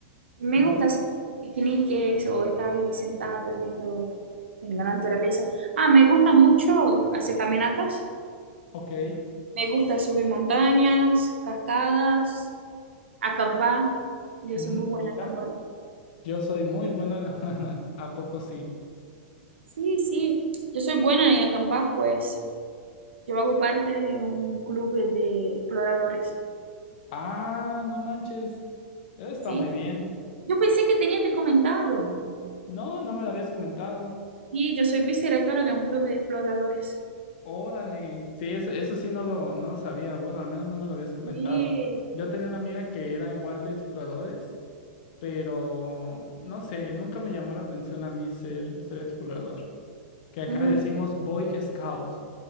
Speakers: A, on the right; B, on the left.
A: Me
B: ¿Mm?
A: gusta hacer piqueniques o estar ahí sentada viendo en la naturaleza. Ah, me gusta mucho hacer caminatas.
B: Ok,
A: Me gusta subir montañas, cascadas, acampar. Yo
B: ¿Mm?
A: soy muy buena
B: Mira,
A: acampando.
B: yo soy muy bueno, <laughs> ¿a poco sí?
A: Sí, sí, yo soy buena en acampar, pues yo hago parte de un club de de exploradores.
B: Ah, no manches. Eso está
A: Sí,
B: muy bien.
A: yo pensé que tenía te comentado.
B: No, no me lo habías comentado.
A: Sí, yo soy vicerectora de un club de exploradores.
B: Órale. Sí, eso, eso sí no lo, no lo sabía. Bueno, al menos no me lo habías comentado.
A: Sí,
B: Yo tenía una amiga que era igual de exploradores, pero no sé, nunca me llamó la atención a mí ser, ser explorador. Que acá
A: mm,
B: le decimos Boy Scout.